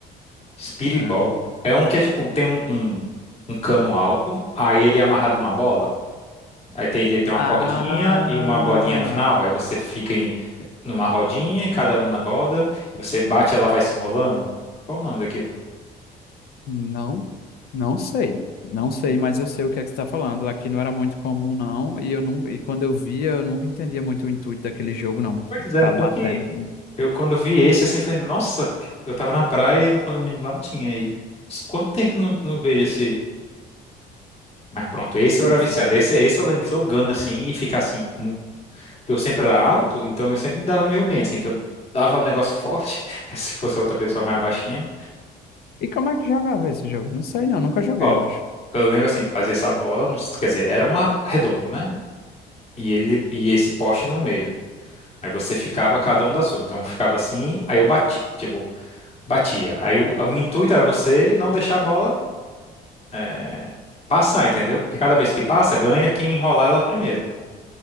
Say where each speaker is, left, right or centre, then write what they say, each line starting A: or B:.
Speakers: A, on the left; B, on the left.
A: Speedball.
B: Ah, não.
A: É um que é tipo, tem um, um, um cano alto, aí ele é amarrado uma bola. Aí tem, ele tem uma
B: Ah!
A: cordinha e uma bolinha no final. Aí você fica em, numa rodinha e cada um na roda. E você bate e ela vai se enrolando. Qual o nome daquilo?
B: Não, não sei. Não sei, mas eu sei o que é que você está falando. Aqui não era muito comum, não. E eu não, e quando eu via, eu nunca entendia muito o intuito daquele jogo, não.
A: Pois
B: Ficar
A: é, tanto
B: batendo.
A: que eu quando vi esse assim, eu falei, nossa, eu tava na praia e no condomínio lá tinha ele. Quanto tempo eu não, não vejo esse? Mas pronto, esse
B: Pois
A: eu era viciado.
B: é.
A: Esse, esse eu lembro jogando assim e ficar assim. Porque eu sempre era alto, então eu sempre me dava meio bem, assim, porque eu dava um negócio forte, <laughs> se fosse outra pessoa mais baixinha.
B: E como é que jogava esse jogo? Não sei, não. Nunca joguei,
A: Ó,
B: eu acho.
A: eu lembro assim, fazia essa bola, nos- quer dizer, era um a- redondo, né? E ele e esse poste no meio. Aí você ficava cada um da sua. Então eu ficava assim, aí eu bati, tipo, batia. Aí o, o intuito era você não deixar a bola é, passar, entendeu? Porque cada vez que passa, ganha quem enrolar ela primeiro.